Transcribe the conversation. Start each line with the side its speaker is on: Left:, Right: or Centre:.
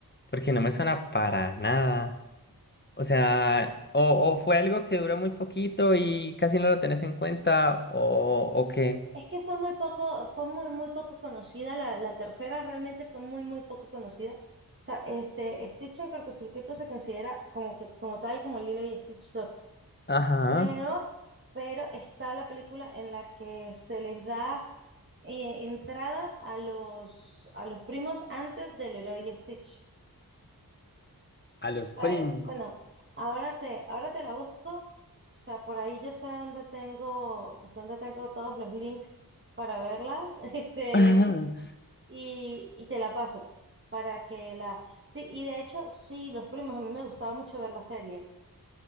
Left: porque no me suena para nada. O sea, o, o fue algo que duró muy poquito y casi no lo tenés en cuenta, o, o qué.
Right: Es que fue muy poco, fue muy, muy poco conocida, la, la tercera realmente fue muy, muy poco conocida. O sea, este, Stitch en cortocircuito se considera como que, como tal, como Lilo y Stitch dos
Left: Ajá.
Right: Pero, pero está la película en la que se les da eh, entrada a los, a los primos antes del héroe y Stitch.
Left: A los primos.
Right: Eh, bueno, ahora te, ahora te la busco. O sea, por ahí yo sé dónde tengo, dónde tengo todos los links para verlas. <laughs> Este,
Left: <laughs>
Right: y, y te la paso para que la... Sí, y de hecho, sí, Los Primos, a mí me gustaba mucho ver la serie.